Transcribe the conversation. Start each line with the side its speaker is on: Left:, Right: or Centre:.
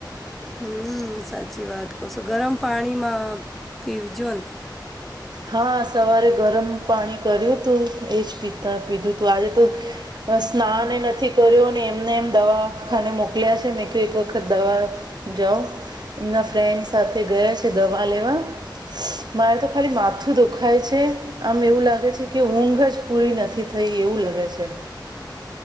Centre: હમમ સાચી વાત કો છો ગરમ પાણીમાં પીવજો ને.
Right: હા સવારે ગરમ પાણી કર્યું તું એજ પીતા પીધું હતું. આજે તો અ સ્નાન એ નથી કર્યું અને એમને એમ દવાખાને મોકલ્યા છે કે એક વખત દવા જાઓ. એમના ફ્રેન્ડ સાથે ગયા છે દવા લેવા મારે તો ખાલી માથું માથું દુખાય છે આમ એવું લાગે છે કે ઊંઘ જ પૂરી નથી થઈ એવું લાગે છે.